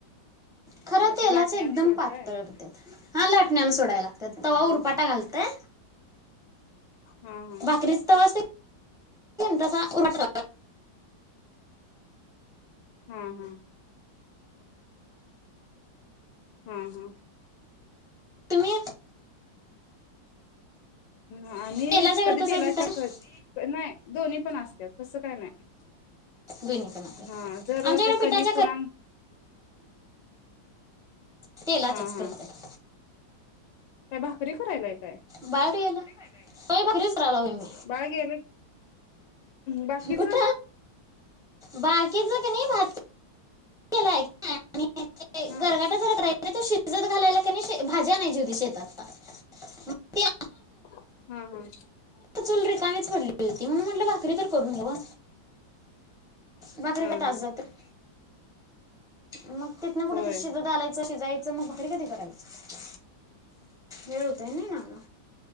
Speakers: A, in the centre; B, on the left.
A: खर
B: हा
A: तेलाच्या
B: ते लाटण्यान
A: एकदम
B: सोडताय
A: पातळ होत्यात, हा लाटण्यानं सोडाय लागत्यात. तवा
B: हा
A: उरपाटा घालताय?
B: हा हा
A: भाकरीचा तवा अस तसा उलटा
B: हा हा हा हा.
A: तुम्ही?
B: आणी
A: तेलाच्या
B: कधी
A: करतास
B: तेलाच्या
A: काय पिठाच्या
B: कर, नाही दोन्हीं पण अस त्यात तस काय नाय
A: दोन्ही पण होत्यात
B: हा जर
A: आमच्याकडे
B: ते कणीक
A: पिठाच्या
B: पुराण
A: कर
B: <inaudible>
A: तेलाच्याच
B: हा हा
A: करत्यात.
B: काय भाकरी करायलाय? काय
A: बाळ कुट गेलं होय भाकरी कराय लागलोय मी
B: बाळ गेलं बाकीच
A: कुट
B: हा
A: बाकीचं कणी भा रिकामा ऑडिओ <inaudible> <inaudible> आणि ते
B: हा
A: गरगाट जरा का नाय आणि ते शिजत घालायला कणी भाजी आणायची होती शेतातन त्य
B: हा हा
A: चूल रिकामीच पडली होती म्हणून म्हटल भाकरी तर करून घ्यावं. भाकरीका
B: हा
A: तास
B: हा
A: जातोय. मग तिथनं फूडं
B: होय
A: ते शिजत घालायचं. जायचं मग भाकरी कधी करायचं? वेळ होतोय. नाईना आला.